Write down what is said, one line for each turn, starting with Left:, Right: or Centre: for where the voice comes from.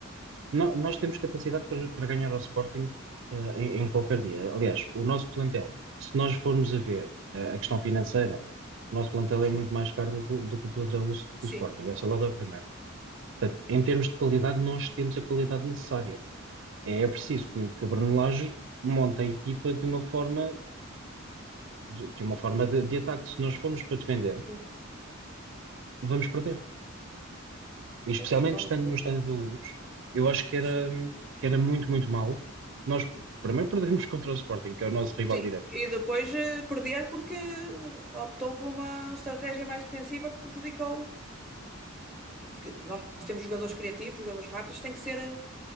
Right: No- nós
Centre: Vamos,
Right: temos capacidade para, para ganhar ao Sporting, eh, em, em qualquer dia. Aliás, o nosso plantel, se nós formos a ver, eh, a questão financeira, o nosso plantel
Centre: sim.
Right: é muito mais caro do, que o- do que o plantel do, do
Centre: Sim.
Right: Sporting. Essa é logo a primeira. Portanto, em termos de qualidade, nós temos a qualidade necessária. é preciso que, que a Brunelage monte a equipa de uma forma de, de uma forma de, de ataque. Se nós formos para defender,
Centre: Sim,
Right: vamos perder. E especialmente
Centre: pois, vamos
Right: estando
Centre: ver.
Right: no estádio da Luz, eu acho que era,
Centre: Sim.
Right: que era muito, muito mau. Nós primeiro perdemos <laughs> contra o Sporting, que é o nosso rival
Centre: Sim,
Right: direto.
Centre: e depois eh, perder porque optou por uma estratégia mais defensiva que prejudicou. Porque nós temos jogadores criativos, jogadores rápidos, tem que ser. eh,